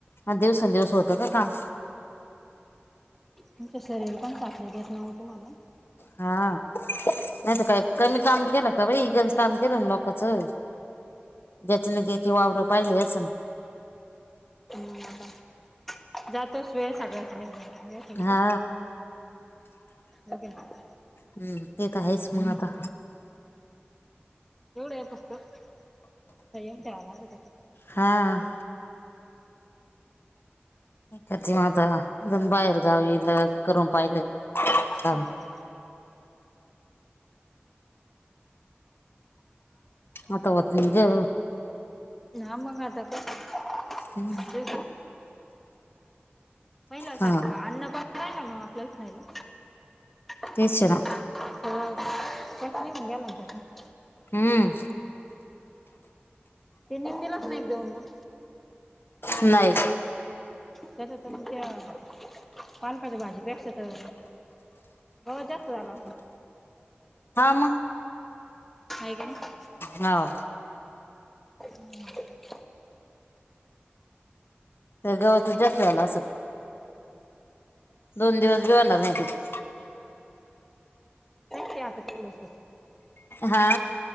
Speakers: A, on the left (about 65°); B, in the centre.
A: मग दिवसेंदिवस होतं का काम.
B: तुमचं शरीर पण साथ नाही देत ना हो तुम्हाला?
A: हा. नाहीत काय कमी काम केलं का बाई इगणज <unintelligible> काम केलं ना लोकांचं. ज्याच ना <unintelligible> जची वावरं पाहिले असंल ना.
B: मग आता जातोच वेळ सगळ्याचा.
A: हा
B: <unintelligible> हो की नाही. <unintelligible>
A: हम्म ते त आहेच मग आता.
B: एवढं आहे फक्त सगळ्यांची हालतच <unintelligible> आहे.
A: हा. <unintelligible> बाहेर गावी करून पाहिले काम
B: हाव.
A: आता होत <unintelligible> नाही.
B: हा मग आता कसं? <unintelligible>
A: हम्म.
B: <unintelligible> पहिला
A: हा
B: सारखं अन्न पण य ना ना आपल्याला खायला <unintelligible>
A: तेच ना
B: हो <unintelligible>
A: हम्म.
B: तीन तीन दिलास नाही एक जाऊन मग.
A: नाही.
B: त्यासं तमच्या पालकाच्या भाजी पेक्क्षा तर हो जास्त झाला.
A: हा मग?
B: हाय कि नाही?
A: हाव.
B: हम्म <unintelligible>
A: गवतच जास्त झाला असं दोन दिवस भी होणार नाही त
B: की आता थोडंसं
A: हा.